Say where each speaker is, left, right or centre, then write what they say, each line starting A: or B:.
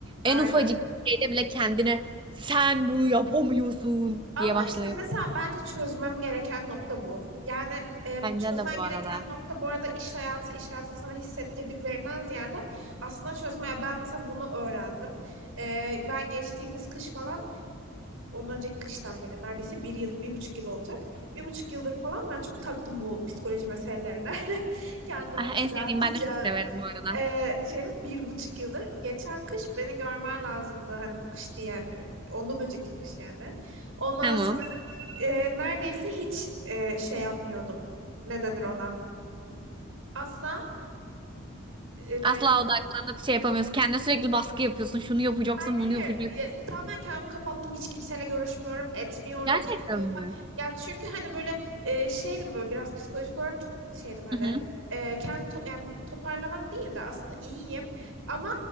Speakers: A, on the right; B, on the right.
A: aynen.
B: En ufacık bir şeyde bile kendine sen bunu yapamıyorsun
A: Ama
B: diye başlıyor.
A: işte mesela bence çözmem gereken nokta bu. Yani e,
B: Bence
A: çözmen
B: de bu
A: gereken
B: arada.
A: nokta bu arada iş hayatı, iş hayatının sana hissettirdiklerinden ziyade aslında çözmeye ben mesela bunu öğrendim. E, ben geçtiğimiz kış falan, ondan önceki kıştan beri neredeyse bir yıl, bir buçuk yıl olacak. Bir buçuk yıldır falan ben çok taktım bu psikoloji meselelerine. <laughs> Kendimi
B: Ah,
A: düzelteceğim.
B: en sevdiğim ben de çok severim bu arada.
A: E, şeyde bir buçuk yıldır. Geçen kış beni görmen lazımdı. Hani bu kış değil yani. Ondan önceki kış yani. Ondan
B: Tamam.
A: e, neredeyse hiç e, şey yapmıyordum. Ne denir ona? Asla e,
B: Asla odaklanıp şey yapamıyorsun. Kendine sürekli baskı yapıyorsun. Şunu yapacaksın,
A: Hayır,
B: bunu yapacaksın.
A: ya, tamamen kendimi kapattım. Hiç kimseyle görüşmüyorum, etmiyorum.
B: Gerçekten
A: Hiç şey
B: mi?
A: falan. Ya çünkü hani böyle e, şeydim böyle biraz psikolojik olarak çok şeydim hani
B: Hı hı.
A: e, kendi top, yani toparlamak değil de aslında iyiyim. Ama